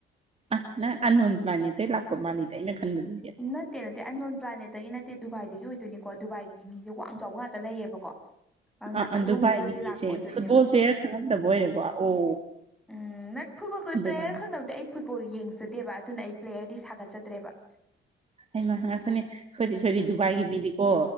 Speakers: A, on the right; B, in the centre.
A: ꯑꯍ ꯅꯪ ꯑꯟꯟ ꯄ꯭ꯂꯥꯅꯦ ꯑꯇꯩ ꯂꯥꯛꯄ ꯃꯥꯜꯂꯤꯗꯤ ꯑꯩꯅ ꯈꯟꯕꯗ
B: ꯅꯠꯇꯦ ꯅꯠꯇꯦ ꯑꯅꯣꯟꯟ ꯄꯂꯥꯟꯅꯦꯠ ꯇꯒꯤ ꯅꯠꯇꯦ ꯗꯨꯕꯥꯏꯗꯒꯤ ꯑꯣꯏꯗꯣꯏꯅꯤꯀꯣ ꯗꯨꯕꯥꯏꯗꯗꯤ ꯃꯤꯁꯦ ꯋꯥꯡ ꯆꯥꯎꯕ ꯉꯥꯛꯇ ꯂꯩꯌꯦꯕꯀꯣ ꯑꯗꯨꯅ
A: ꯑ ꯑꯟ
B: ꯑꯗꯣꯝꯂꯣꯝꯗꯒꯤ
A: ꯗꯨꯕꯥꯏꯒꯤ
B: ꯂꯥꯛꯄ
A: ꯃꯤꯁꯦ
B: ꯑꯣꯏꯗꯣꯏꯅꯦꯕ
A: ꯐꯨꯠꯕꯣꯜ ꯄ꯭ꯂꯦꯌꯔ ꯈꯪꯉꯝꯗꯕ ꯑꯣꯏꯔꯦꯀꯣ ꯑꯣ
B: ꯎꯝ ꯅꯠ ꯐꯨꯠꯕꯣ ꯄ꯭ꯂꯦꯌꯔ
A: ꯗꯨꯕꯥꯏ
B: ꯈꯪꯗꯕ ꯅꯠꯇꯦ ꯑꯩ ꯐꯨꯠꯕꯣꯜ ꯌꯦꯡꯖꯗꯦꯕ ꯑꯗꯨꯅ ꯑꯩ ꯄ꯭ꯂꯦꯌꯔꯗꯤ ꯁꯥꯒꯠꯆꯗ꯭ꯔꯦꯕ
A: ꯍꯩꯃꯥ ꯉꯥꯏꯈꯣꯅꯦ ꯁꯣꯔꯤ ꯁꯣꯔꯤ ꯗꯨꯕꯥꯏꯒꯤ ꯃꯤꯗꯤꯀꯣ